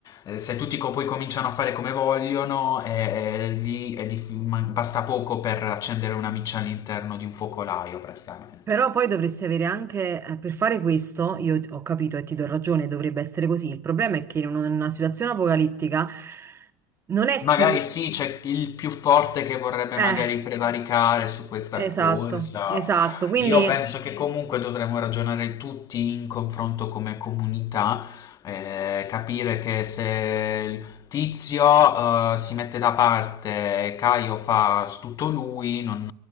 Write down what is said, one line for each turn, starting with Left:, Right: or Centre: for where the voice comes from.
Left: eh, se tutti co- poi cominciano a fare come vogliono, eh, lì è dif- ma- basta poco per accendere una miccia all'interno di un focolaio praticamente.
Right: Però poi dovresti avere anche, eh, per fare questo, io t- ho capito e ti do ragione, dovrebbe essere così. Il problema è che in un- in una situazione apocalittica non è
Left: Magari
Right: chi...
Left: sì, c'è il più forte che vorrebbe
Right: Eh,
Left: magari prevaricare su questa
Right: esatto,
Left: cosa.
Right: esatto. Quindi,
Left: Io penso che comunque dovremmo ragionare tutti in confronto come comunità, eh, capire che se il Tizio, eh, si mette da parte e Caio fa tutto lui, non,